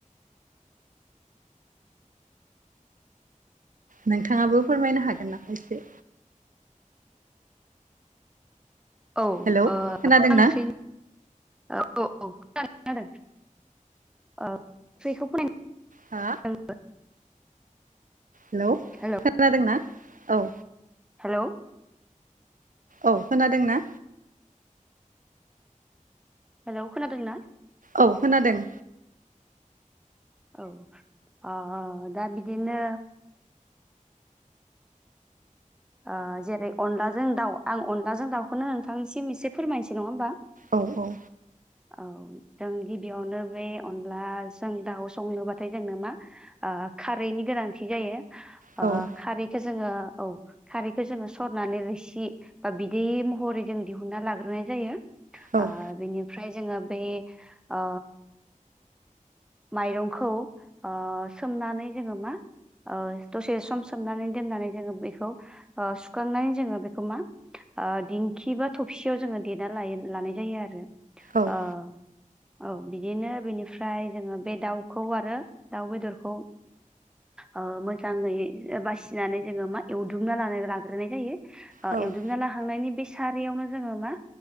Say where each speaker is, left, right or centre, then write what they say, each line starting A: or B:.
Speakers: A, on the right; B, in the centre.
A: नोंथाङाबो फोरमायनो हागोन नामा एसे
B: औ ओ
A: हेलौ
B: मा
A: खोनादोंना
B: ओंख्रि औ औ खोनादों खोनादों औ फ्रिखौ <unintelligible> जोंबो
A: हा
B: <unintelligible>
A: हेल'
B: हेलौ
A: खोनादोंना औ
B: हेल'
A: औ खोनादोंना
B: हेलौ खोनादों ना
A: औ खोनादों
B: औ आ दा बिदिनो आ जेरै अनलाजों दाउ आं अनलाजों दाउखौनो नोंथांनिसिम एसे फोरमायनोसै नङा होमबा
A: औ औ
B: औ जों गिबियावनो बे अनलाजों दाउ संनोबाथाय जोंनो मा आ खारैनि गोनांथि जायो
A: औ
B: आ खारैखौ जोङो औ खारैखौ जोङो सरनानै रोसि बा बिदै महरै जों दिहुनन्ना लाग्रोनाय जायो आ
A: औ
B: बिनिफ्राय जोङो बे आ माइरंखौ आ सोमनानै जोङो मा दसे सम सोमनानै दोननानै जोङो बेखौ सुखांनानै जोङो बेखौ मा दिंखि बा थबसियाव जोङो देना लानाय जायो आरो
A: औ
B: आ औ बिदिनो बिनिफ्राय जोङो बे दाउखौ आरो दाउ बेदरखौ ओ मोजाङै बासिनानै जोङो मा एवदुमना लानाय लाग्रोनाय जायो
A: औ
B: एवदुबना लाखांनायनि बे सारियावनो जोङो मा